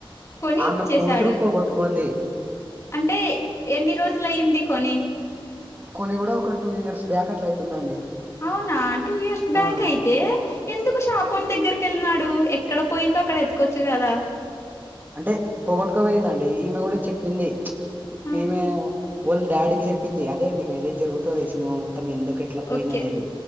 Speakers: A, on the left (about 30°); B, on the right (about 20°).
A: కొని
B: ఆమె
A: ఇచ్చేసాడు.
B: కూతురు పోగొట్టుకోంది.
A: అంటే ఎన్ని రోజులు అయింది కొని.
B: కొని కూడా, ఒక టూ ఇయర్స్ బ్యాక్ అట్ల అయితుందండి.
A: అవునా టూ ఇయర్స్ బ్యాకే,
B: ఆ
A: అయి అయితే ఎందుకు షాపోనికి దగ్గరికి ఎల్లినాడు. ఎక్కడ పోయిందో అక్కడ ఎత్కచ్చు కదా.
B: అంటే పోగొట్టుకోకపోయిందండి. ఈమె కూడా చెప్పింది.
A: ఆ!
B: ఈమె వాళ్ళ డాడీకి చెప్పింది. అదే అండి ఇదే జరుగుతది ఈ సినిమా మొత్తం. మొత్తం ఎందుకు ఎట్లా పోయింద
A: ఓకే.
B: అనేది